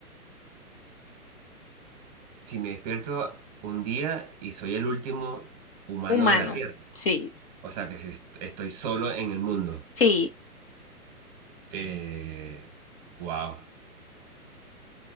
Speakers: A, on the right; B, on the left.
A: Si me despierto un día y soy el último humano
B: Humano,
A: de la Tierra,
B: sí.
A: o sea que si est- estoy solo en el mundo,
B: Sí.
A: eh, wow.